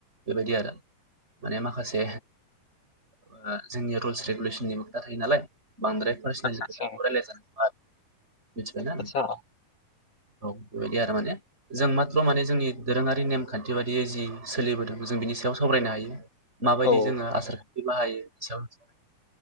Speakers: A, on the right; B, on the left.
A: बेबायदि आरो माने माखासे ओ जोंनि रुल्स रेगुलेसननिबो खोथा थायो नालाय बांद्राय पार्सनलि
B: आतसा
A: खोथाखौ
B: आतसा
A: रायलाय जानाय नङा मिथिबायना नोंथाङा
B: आतसा
A: औ बिदि आरो माने जों माथ्र माने जोंनि दोरोङारि नेमखान्थि बादियै जि सोलिबोदों जों बिनि सायाव सावरायनो हा रो माबायदि
B: औ
A: जोङो आसार खान्थि बाहायो बेनि सायाव जोङो